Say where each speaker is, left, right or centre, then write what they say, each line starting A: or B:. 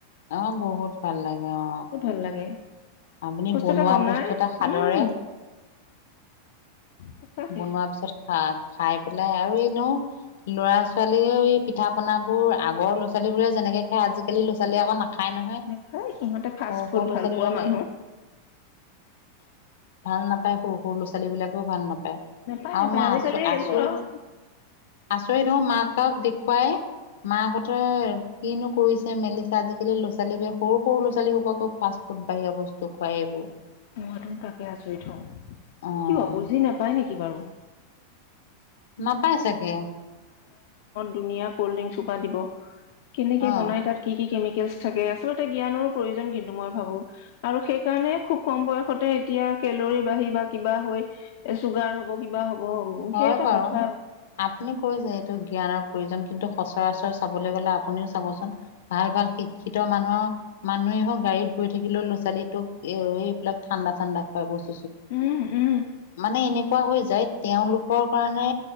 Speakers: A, on the left (about 70°); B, on the left (about 50°).
A: অঁ বহুত ভাল লাগে অঁ।
B: বহুত ভাল লাগে
A: আপুনি
B: বস্তু
A: বনোৱা
B: এটা বনাই
A: বস্তু এটা খাদৰে
B: উম সঁচাকে
A: বনোৱাৰ পিছত খা খাই পেলাই আৰু এ নো ল'ৰা ছোৱালীয়েও এই পিঠা পনাবোৰ আগৰ ল'ৰাোৱালী বোৰে যেনেকে খাই আজিকালি ল'ৰাোৱালীয়ে আকৌ নাখায় নহয়
B: দেখাই সিহঁতে ফাষ্ট
A: সৰু
B: ফুড ভাল
A: সৰু
B: পোৱা
A: ল'ৰা ছোৱালী বিলাকে
B: মানুহ।
A: ভাল নাপায় সৰু সৰু ল'ৰা ছোৱালী বিলাকেও ভাল নাপায়।
B: নেপায়
A: আৰু
B: নেপায়
A: মই
B: আজিকালি
A: আচ আচৰিত
B: এইবোৰ আৰু
A: আচৰিত হ'মাক আক দেখুৱাই মাহঁতে কিনো কৰিছে মেলিছে, আজিকালি ল'ৰা ছোৱালীব সৰুৰু সৰু'ৰাোৱালীসকো ফাষ্ট ফডঢ়ি বস্তু তো খুৱাইব।
B: মইতুন তাকে আচৰিত হওঁ,
A: অ'
B: কিয় ক বুজি নাপাই নেকি বাৰু?
A: নাপাই চাগে।
B: ধুনীয়া কল্ড ড্ৰিংক চোপা দিব কেনেকে
A: অ'
B: বনাই তাত কি কি কেম জ্ঞানৰো প্ৰয় কিন্তু মই ভাবো আৰু সেই কাৰনে খুব কম বয়সতে এতিয়া কেলৰী বাঢ়ি বা কিবা হয় চুগাৰ হব কিবা হ অ
A: হয়
B: সেই এটা
A: বাৰু।
B: কথা
A: আপুনি কৈছে এইটো জ্ঞানৰ প্ৰয়োজন কিন্তু সচৰাচৰ চাবলৈ গলে আপুনিও চাবচোন ভাল ভাল শিক্ষিত মানুহৰ মানুহে হওক গাড়ীত গৈ থাকিলেও ল'ছোৱালীটোক এইবিলাক ঠাণ্ডা চাণ্ডা খুৱাই বস্তু
B: উম উম
A: মানে এনে কোৱা হৈ যায় তেওঁলোকৰ কাৰণে